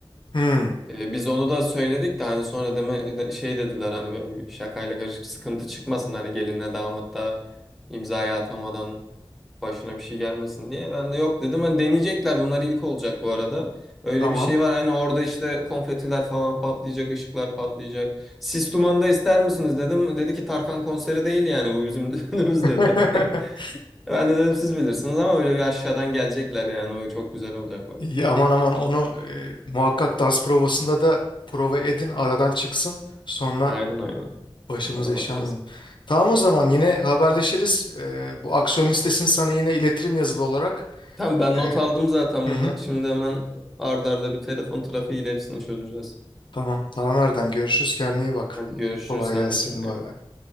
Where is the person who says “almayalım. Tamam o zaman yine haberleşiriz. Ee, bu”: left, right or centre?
Left